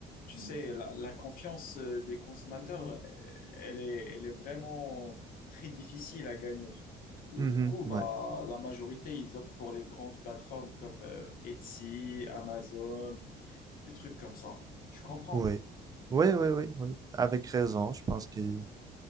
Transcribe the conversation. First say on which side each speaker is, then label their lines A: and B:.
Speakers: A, on the left; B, on the right.
A: tu sais, la, la confiance euh, des consommateurs, euh, elle est, elle est vraiment très difficile à gagner. Et
B: Mhm,
A: du coup, bah,
B: ouais,
A: la majorité, ils optent pour les grandes plateformes comme euh, Etsy, Amazon, des trucs comme ça. Tu comprends?
B: ouais. Oui, oui, oui, oui. Avec raison, je pense qu'ils